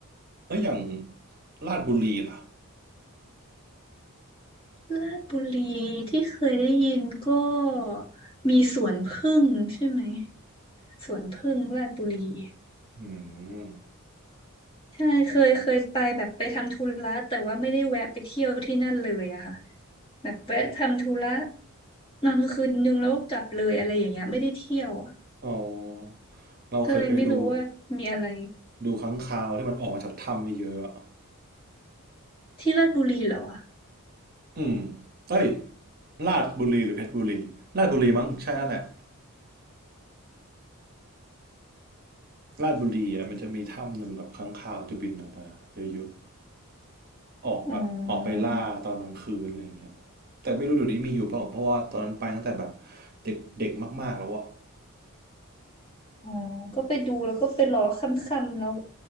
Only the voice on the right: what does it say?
แล้วอย่างราชบุรีล่ะ
อืม
อ๋อเราเคยไปดู
ดูค้างคาวที่มันออกมาจากถ้ำเยอะๆอะ
อืมเอ้ยราชบุรีหรือเพชรบุรีราชบุรีมั้งใช่นั่นแหละ <laughs> ราชบุรีอ่ะมันจะมีถ้ำหนึ่งแบบค้างคาวจะบินออกมาเยอะๆออกแบบออกไปล่าตอนกลางคืนอะไรอย่างเงี้ยแต่ไม่รู้เดี๋ยวนี้มีอยู่เปล่าเพราะว่าตอนนั้นไปตั้งแต่แบบ
เด็กเด็กมากๆแล้วอะ